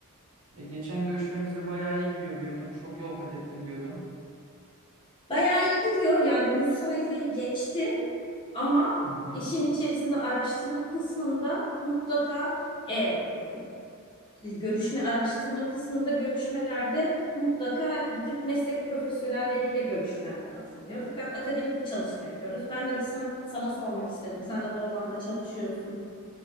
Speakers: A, on the right (about 75°); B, on the left (about 20°).
A: E, geçen görüşmemizde bayağı iyi gidiyor diyordun. Çok yol kat ettim diyordun.
B: Bayağı iyi gidiyor yani 100 sayfayı geçti ama
A: Hı hı.
B: işin içerisinde araştırma kısmında mutlaka e, e, görüşme araştırma kısmında görüşmelerde mutlaka gidip meslek profesyonelleriyle görüşmen lazım diyor. Fakat akademik bir çalışma yapıyoruz. Ben de bir sana, sana sormak istedim. Sen de bu alanda çalışıyorsun.